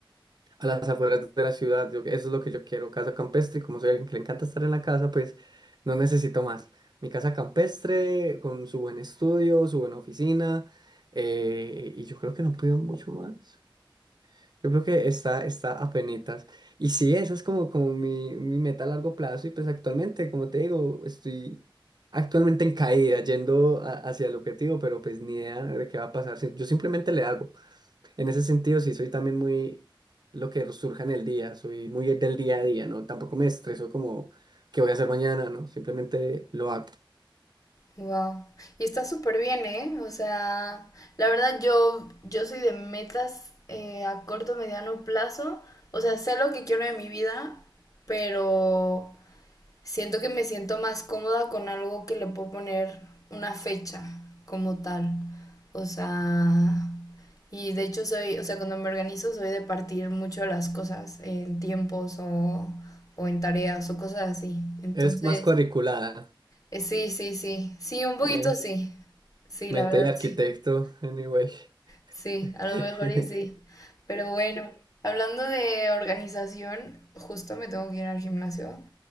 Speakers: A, on the right (about 55°); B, on the left (about 40°).
A: a las afueras de la ciudad. yo- eso es lo que yo quiero, casa campestre. Y como soy alguien que le encanta estar en la casa, pues no necesito más. Mi casa campestre, con su buen estudio, su buena oficina, eh, y yo creo que no pido mucho más. Yo creo que está, está apenitas. Y sí, esa es como, como mi, mi meta a largo plazo. Y pues actualmente, como te digo, estoy actualmente en caída, yendo a- hacia el objetivo, pero pues ni idea de qué va a pasar. Sí, Yo simplemente le hago. En ese sentido, sí, soy también muy lo que surja en el día, soy muy del día a día, ¿no? Tampoco me estreso como qué voy a hacer mañana, ¿no? Simplemente lo hago.
B: Wow. Y está súper bien, ¿eh? O sea, la verdad yo, yo soy de metas eh, a corto, mediano plazo. O sea, sé lo que quiero de mi vida, pero Siento que me siento más cómoda con algo que le puedo poner una fecha como tal. O sea, y de hecho soy, o sea, cuando me organizo soy de partir mucho las cosas en tiempos o, o en tareas o cosas así. Entonces,
A: Es más cuadriculada,
B: eh, sí, sí, sí. Sí, un poquito
A: ¿eh?
B: sí. Sí,
A: Mente
B: la verdad,
A: de arquitecto,
B: sí.
A: anyway.
B: Sí,
A: <laughs>
B: a lo mejor y sí. Pero bueno, hablando de organización, justo me tengo que ir al gimnasio.